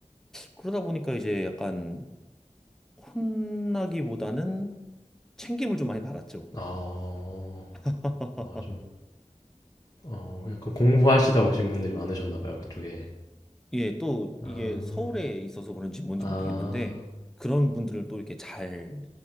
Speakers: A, in the centre; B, on the left.
A: 그러다 보니까 이제 약간 혼나기보다는 챙김을 좀 많이 받았죠.
B: 아.
A: <laughs>
B: 맞아. 어 약간 공부하시다 오신 분들이 많으셨나 봐요, 그쪽에.
A: 예, 또
B: 아.
A: 이게 서울에 있어서 그런지 뭔지
B: 아.
A: 모르겠는데 그런 분들을 또 이렇게 잘